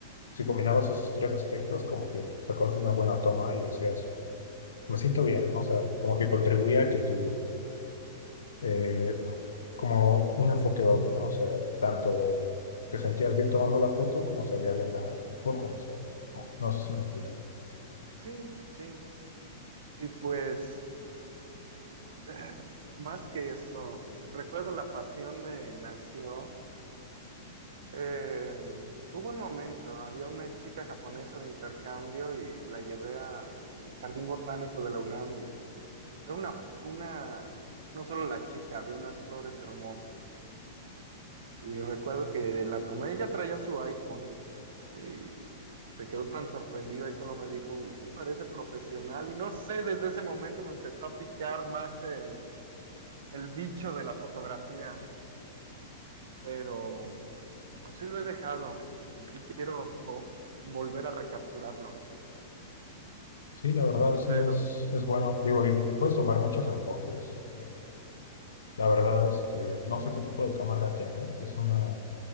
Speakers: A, on the left; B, on the right.
A: si combinabas esos tres aspectos, como que sacabas una buena toma y decías, me siento bien, ¿no? O sea, como que contribuía a que tú, eh, como un enfoque doble, ¿no? O sea, tanto te sentías bien tomando la foto como salía bien la foto, o sea, no, no sé si me expliqué.
B: Sí, sí. Y pues, eh, más que eso, recuerdo la pasión me nació. Eh, hubo un momento, había una chica japonesa de intercambio y la llevé al Jardín Botánico de la UNAM y Era una, f- una, no solo la chica, había unas flores hermosas. Y recuerdo que la tomé, ella traía su iPhone. Y se quedó tan sorprendida y solo me dijo, uy, parece profesional. Y no sé, desde ese momento me empezó a picar más el, el bicho de la fotografía. Pero pues sí lo he dejado y sí quiero volver a recapturarlo.
A: Sí, la verdad sí
B: Pero
A: es, es bueno. Digo, y puedes tomar muchos enfoques. eh, La verdad, este, no sé qué tipo de cámara tiene, ¿eh? Es una